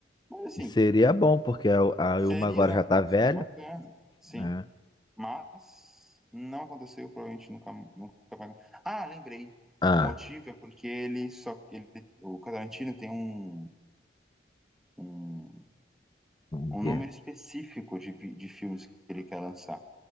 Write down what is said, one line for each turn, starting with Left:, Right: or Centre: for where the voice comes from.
Centre: Mas assim,
Left: E seria bom, porque a, a
Centre: seria,
Left: Ilma agora
Centre: não,
Left: já tá velha,
Centre: seria bacana, sim.
Left: né?
Centre: Mas não aconteceu, provavelmente nunca, nunca vai Ah, lembrei.
Left: Ah,
Centre: O motivo é porque ele só. Ele, o Tarantino tem um, um,
Left: o
Centre: um
Left: quê?
Centre: número específico de, vi- de filmes que ele quer lançar.